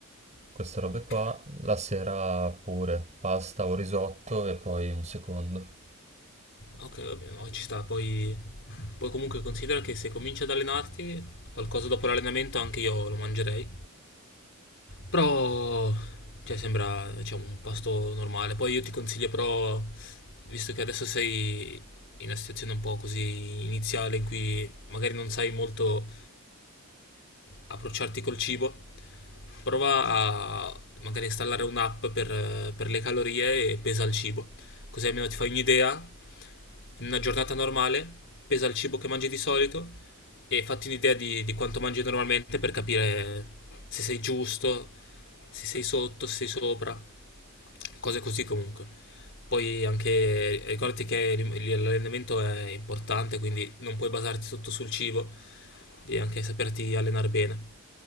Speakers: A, on the right (about 30°); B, on the left (about 60°).
A: queste robe
B: Ok,
A: qua. La sera pure pasta o risotto e poi un secondo.
B: ok, va bene, no, ci sta. Poi, poi comunque considera che se cominci ad allenarti, qualcosa dopo l'allenamento anche io lo mangerei. Però, cioè, sembra, diciamo, un pasto normale. Poi io ti consiglio però, visto che adesso sei in una situazione un po' così iniziale in cui magari non sai molto approcciarti col cibo, Prova a magari installare un'app per, per le calorie e pesa il cibo. Così almeno ti fai un'idea. In una giornata normale, pesa il cibo che mangi di solito e fatti un'idea di, di quanto mangi normalmente per capire se sei giusto, se sei sotto, se sei sopra, cose così comunque. Poi anche ricordati che l'im- l'allenamento è importante, quindi non puoi basarti tutto sul cibo, devi anche saperti allenare bene.